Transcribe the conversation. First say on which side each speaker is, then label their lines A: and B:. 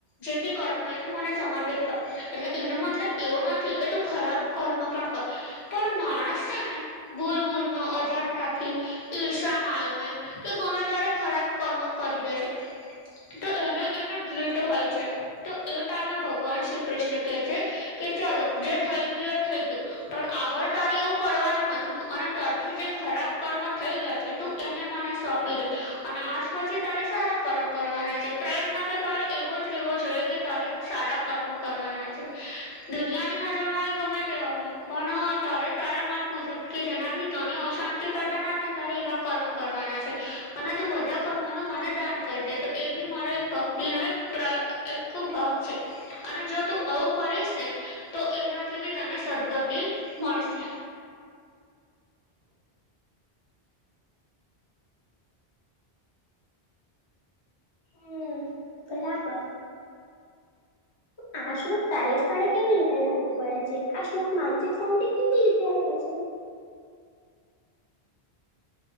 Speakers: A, on the left (about 75°); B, on the left (about 50°).
A: જેમ બી કરમ હોય ને તું મને સમર્પિત કર એટલે એનો મતલબ એવો નથી કે ખરાબ કર્મ પણ કોય પણ માણસ છે ને ભૂલ બૂલ ન અજાણતાથી ઈર્ષા માયને કે ગમે તારે ખરાબ કર્મ કરી દે છે તો એને એને ગિલ્ટ હોય છે તો એ ટાઈમે ભગવાન શ્રી કૃષ્ણ કેહે છે કે ચલો જે થઇ ગયું એ થઈ ગયું પણ આગળ તારે એવું કરવાનું નથી અને તરથી જે ખરાબ કર્મ થઈ ગયા છે તું એને મને સોંપી દે અને આજ પછી તારે સારા કરમ કરવાના છે પ્રયત્ન તો તારો એવો જ રહેેવો જોઈએ કે તારે સારા કર્મ કરવાના છે દુનિયાની નજરમાં ગમે તેવા હોય પણ તાર મત મુજબ કે જેનાથી તને અશાંતિ ા ના થાયને ત એવા કર્મ કરવાના છે અને તું બધા કર્મ ન મને દાન કરી દે તો એ બી મારે ભક્તિનોો એક એક ભાગ છે અને જો તું આવું કરીશ ને તો એનાથી બી તને સદગતિ મળશે
B: હમ બરાબર આ શ્લોક કાર્યસ્થળે કેવી રીતે લાગુ પડે છે આ શ્લોક માનસિક શાંતિ કેવી રીતે આપે છે